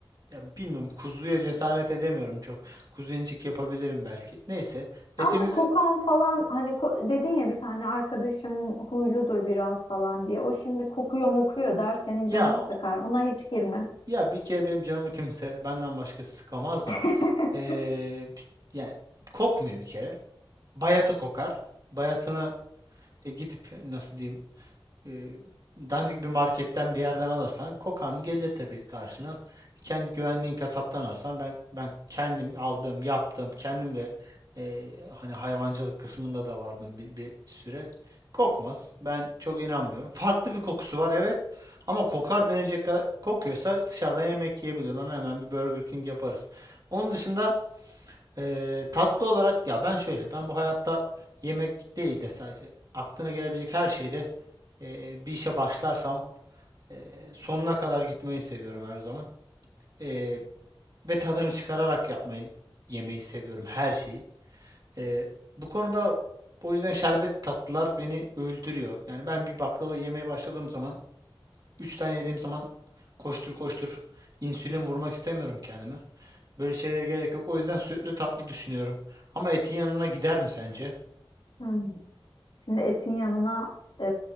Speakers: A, on the right; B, on the left.
A: ya bilmiyorum kuzuya cesaret edemiyorum çok. Kuzincik yapabilirim belki. Neyse
B: Ama
A: etimizi
B: kokan falan hani ko- dedin ya bir tane arkadaşım huyludur biraz falan diye. O şimdi kokuyor mokuyor der senin
A: ya
B: canını sıkar. Ona hiç girme.
A: ya bir kere benim canımı kimse benden başkası sıkamaz da
B: <laughs>
A: Ee, yani kokmuyor bir kere. Bayatı kokar. Bayatını e, gidip nasıl diyeyim e, dandik bir marketten bir yerden alırsan kokan gelir tabii karşına. Kendi güvenliğin kasaptan alırsan ben ben kendim aldım, yaptım. Kendim de e, hani hayvancılık kısmında da vardım bir, bir süre. Kokmaz. Ben çok inanmıyorum. Farklı bir kokusu var evet. Ama kokar denecek kadar kokuyorsa dışarıdan yemek yiyebilir. Ona hemen bir Burger King yaparız. Onun dışında e, tatlı olarak ya ben şöyle ben bu hayatta yemek değil de sadece aklına gelebilecek her şeyde ee, bir işe başlarsam e, sonuna kadar gitmeyi seviyorum her zaman. Ee, ve tadını çıkararak yapmayı, yemeyi seviyorum her şeyi. Ee, bu konuda o yüzden şerbet tatlılar beni öldürüyor. Yani ben bir baklava yemeye başladığım zaman, 3 tane yediğim zaman koştur koştur insülin vurmak istemiyorum kendime. Böyle şeylere gerek yok. O yüzden sütlü tatlı düşünüyorum. Ama etin yanına gider mi sence?
B: Hı. Şimdi etin yanına e,